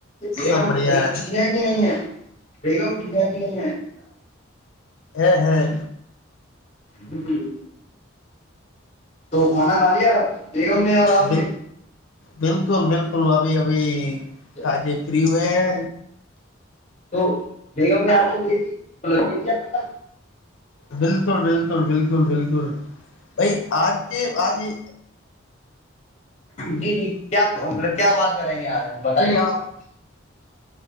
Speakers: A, on the left; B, on the left.
A: کہ
B: سب بڑھیا ہے
A: نہیں ہے بیگا جد
B: ہ ہاں
A: ج ج تو کھانا کھا لیا آپ بیگم نے اور
B: ب
A: نے
B: بالکل بالکل ابھی ابھی
A: تو
B: کجے فری ہوئے ہ
A: تو بیگم نے آپ کو دے دی لگے دیا کھانا
B: بالکل بالکل بالکل بالکل بائی آج کے آج یہ
A: جی جی کیا مطلب کیا بات کریں گے آپ بتائیے
B: نہیں آپ